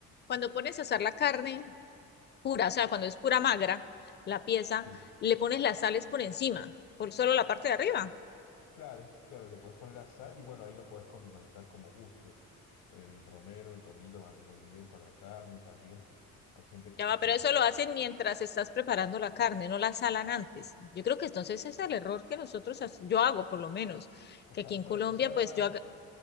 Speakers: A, on the left; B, on the left.
A: cuando pones a asar la carne pura, o sea, cuando es pura magra, la pieza,
B: Sí,
A: le pones las sales por encima, por solo la parte de arriba.
B: claro, claro, le puedes poner la sal y bueno, ahí lo puedes condimentar como gustes. El romero, el tomillo van muy bien con la carne también. Hay gente como
A: Ya va,
B: que
A: pero eso
B: le...
A: lo hacen mientras estás preparando la carne, no la salan antes. Yo creo que entonces ese es el error que nosotros, hac- yo hago por lo menos,
B: Ajá,
A: que aquí en
B: no,
A: Colombia,
B: se sala,
A: pues yo haga-